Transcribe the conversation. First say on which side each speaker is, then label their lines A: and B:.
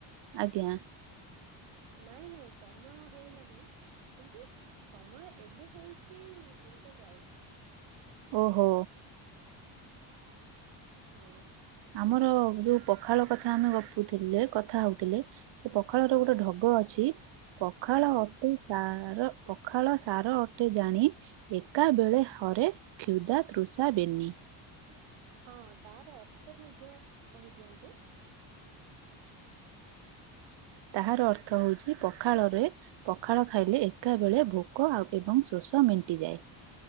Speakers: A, on the right; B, on the right.
A: ଆଜ୍ଞା।
B: ନାଇଁ ନାଇଁ ସମୟ ହେଇନାହିଁ କିନ୍ତୁ ସମୟ ଏବେ ହେଇଛି ତିନିଟା ଚାଳିଶ।
A: ଓହୋ।
B: ହଁ।
A: ଆମର ଯୋଉ ପଖାଳ କଥା ଆମେ ଗପୁଥିଲେ କଥା ହଉଥିଲେ। ପଖାଳ
B: ହଁ
A: ର ଗୋଟେ ଢଗ ଅଛି ପଖାଳ
B: ହୁଁ
A: ଅଟେ ସାର। ପଖାଳ ସାର ଅଟେ, ଜାଣେ ଏକା ବେଳେ ହରେ କ୍ଷୁଧା ତୃଷା ବେନି।
B: ହଁ ତାର ଅର୍ଥ ମଧ୍ୟ କହିଦିଅନ୍ତୁ।
A: ତାହାର ଅର୍ଥ ହଉଛି, ପଖାଳରେ ପଖାଳ ଖାଇଲେ ଏକା ବେଳେ ଭୋକ ଏବଂ ଶୋଷ ମେଣ୍ଟିଯାଏ।